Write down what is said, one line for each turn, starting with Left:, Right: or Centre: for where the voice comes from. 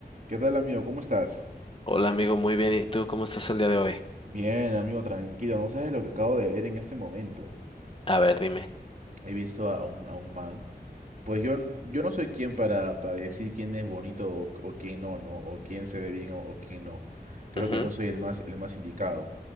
Right: ¿Qué tal, amigo? ¿Cómo estás?
Left: Hola amigo, muy bien. ¿Y tú cómo estás el día de hoy?
Right: Bien, amigo, tranquilo. No sabes lo que acabo de ver en este momento.
Left: A ver, dime.
Right: He visto a a un, a un man. Pues yo, n- yo no soy quien para, para decir quién es bonito o, o quién no, ¿no? O quién se ve bien o, o quién no. Creo
Left: Ujú,
Right: que no soy el más, el más indicado.